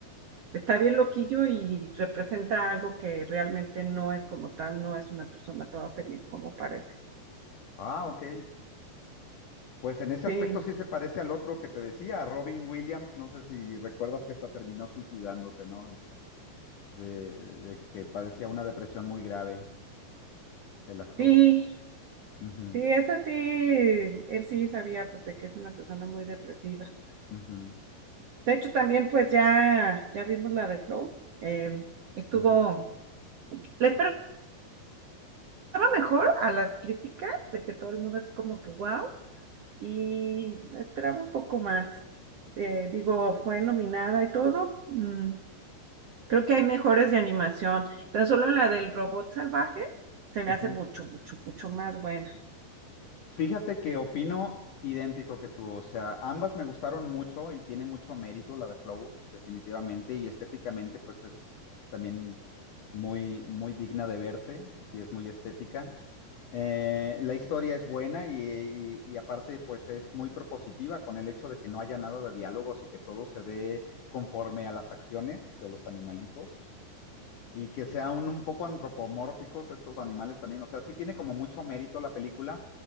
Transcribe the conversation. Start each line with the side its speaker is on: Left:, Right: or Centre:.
Right: está bien loquillo y representa algo que realmente no es como tal, no es una persona toda feliz como parece.
Left: Ah, ok. Pues en ese
Right: Sí,
Left: aspecto sí se parece al otro que te decía, a Robin Williams. No sé si recuerdas que hasta terminó suicidándose, ¿no? De, de- de que padecía una depresión muy grave, el actor.
Right: sí,
Left: Ujú,
Right: sí, es así. Él sí sabía pues de que es una persona muy depresiva.
Left: ujú,
Right: De hecho, también pues ya, ya vimos la de Flow. eh, estuvo,
Left: ujú.
Right: le esperaba mejor a las críticas de que todo el mundo así como que wow y esperaba un poco más. Eh, digo, fue nominada y todo. Mm, creo que hay mejores de animación. Tan solo la del robot salvaje se me
Left: Ujú.
Right: hace mucho, mucho, mucho más buena.
Left: Fíjate que opino idéntico que tú, o sea, ambas me gustaron mucho y tiene mucho mérito la de Flow, definitivamente, y estéticamente pues es también muy, muy digna de verse, sí es muy estética. Eh, la historia es buena y, y- y aparte pues es muy propositiva con el hecho de que no haya nada de diálogos y que todo se dé conforme a las acciones de los animalitos. Y que sean un poco antropomórficos estos animales también. O sea, sí tiene como mucho mérito la película,